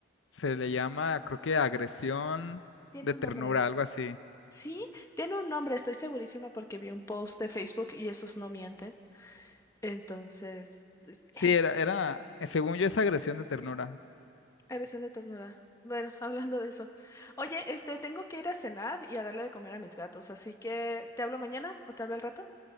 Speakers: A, on the left; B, on the left.
A: se le llama, creo que agresión
B: Tiene
A: de
B: un
A: ternura,
B: nombre.
A: algo así.
B: Sí, tiene un nombre, estoy segurísima porque vi un post de Facebook y esos no mienten. Entonces, es-
A: Sí,
B: es
A: era, era, eh, según yo es agresión de ternura.
B: agresión de ternura. Bueno, <laughs> hablando de eso. Oye, este, tengo que ir a cenar y a darle de comer a mis gatos, así que ¿te hablo mañana o te hablo al rato?